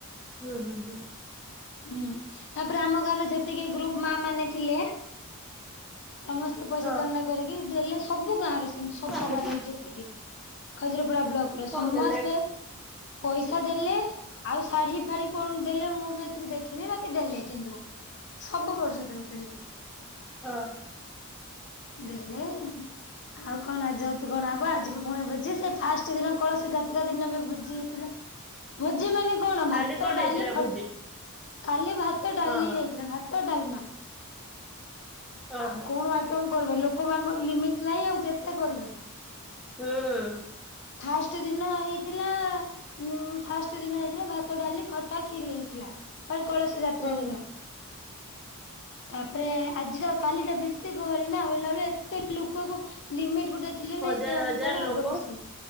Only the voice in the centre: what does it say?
ହୁଁ ହୁଁ ହୁଁ।
ହଁ
କାହାର
ଫୋନ୍
ଦେଲେ
ହଁ।
କାଲି କଣ
ହେଇଥିଲା
ଭୋଜି?
ହଁ ହଁ
ଓହୋ
ହଁ।
ହୁଁ।
ହଜାର
ହଜାର ଲୋକ